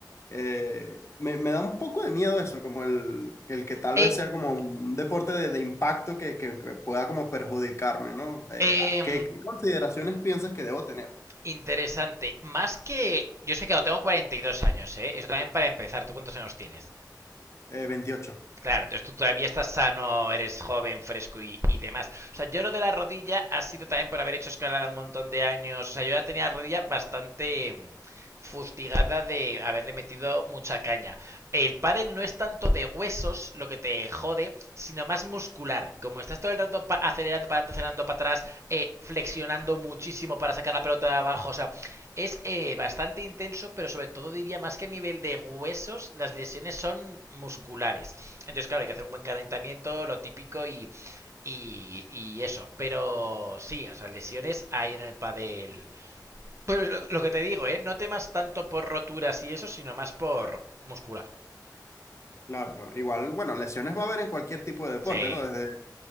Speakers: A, on the left; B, on the right.
A: Eh, me, me da un poco de miedo eso, como el, que el que tal
B: Eh,
A: vez sea como un deporte de, de impacto que, que- que pueda como perjudicarme, ¿no? Eh,
B: eh,
A: ¿qué, qué consideraciones piensas que debo tener?
B: interesante. Más que. Yo sé que no, tengo 42 años, ¿eh? Eso también para empezar. ¿Tú cuántos años tienes?
A: Eh, 28.
B: Claro, entonces tú todavía estás sano, eres joven, fresco y, y demás. O sea, yo lo de la rodilla ha sido también por haber hecho escalada un montón de años. O sea, yo ya tenía la rodilla bastante mm, fustigada de haberle metido mucha caña. El pádel no es tanto de huesos lo que te jode, sino más muscular. Como estás todo el rato pa- acelerando para adelante, acelerando para atrás, eh, flexionando muchísimo para sacar la pelota de abajo. O sea, es eh, bastante intenso, pero sobre todo diría más que a nivel de huesos, las lesiones son musculares. Entonces, claro, hay que hacer un buen calentamiento, lo típico y, y, y eso. Pero sí, o sea, lesiones hay en el pádel. Pero lo, lo que te digo, ¿eh? No temas tanto por roturas y eso, sino más por muscular.
A: Claro, claro. Igual, bueno, lesiones va a haber en cualquier tipo de deporte,
B: Sí.
A: ¿no? Desde,